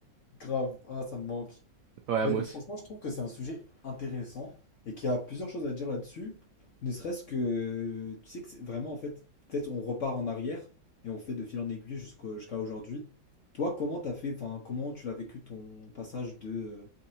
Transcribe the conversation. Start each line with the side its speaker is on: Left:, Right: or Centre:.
Left: grave. Ah, ça me manque.
Right: Ouais,
Left: Bah
Right: moi
Left: écoute,
Right: aussi.
Left: franchement, je trouve que c'est un sujet intéressant et qu'il y a plusieurs choses à dire là-dessus. Ne serait-ce que, tu sais que c'est vraiment, en fait, peut-être on repart en arrière et on fait de fil en aiguille jusqu'au- jusqu'à aujourd'hui. Toi, comment t'as fait, enfin, comment tu l'as vécu ton passage de, euh,